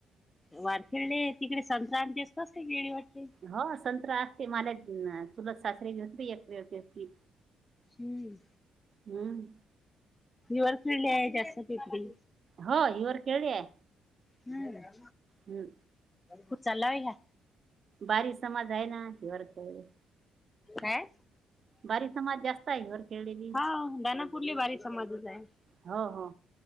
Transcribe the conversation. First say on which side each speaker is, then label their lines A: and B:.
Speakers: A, on the left (about 20°); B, on the right (about 50°).
A: वरखेडले तिकडे संक्रांती असतसते गेळी वाटते.
B: हो संत्रा असते माला चुलत सासरे घत एकती
A: हम्म
B: हम्म
A: हर खेळले आहे जास्त कातरी
B: हो हिवरखेडले आहे
A: हम्म
B: हम्म.
A: कुठ चाल्याव व्हा
B: बारी समाज आहे ना हिवरखेडले
A: हं
B: बारी समाज ज जास्त आहे <inaudible>
A: हा दानापूरली बारी समाजच आहे.
B: हो हो